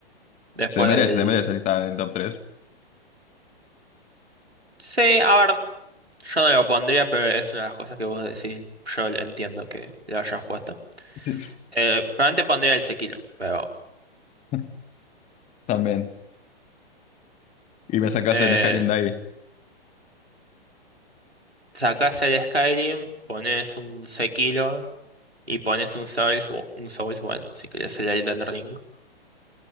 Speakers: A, on the right; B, on the left.
A: después
B: se merece,
A: del...
B: se merece estar en el top tres.
A: Sí, a ver, yo no lo pondría, pero es una de las cosas que vos decís, yo entiendo que lo hayas puesto.
B: Sí.
A: Eh, probablemente pondría el Sekiro, pero...
B: <laughs> También. Y me sacas
A: Eh,
B: el Skyrim de ahí.
A: sacás el Skyrim, pones un Sekiro y pones un Souls, un Souls, bueno, si querés el Elden Ring.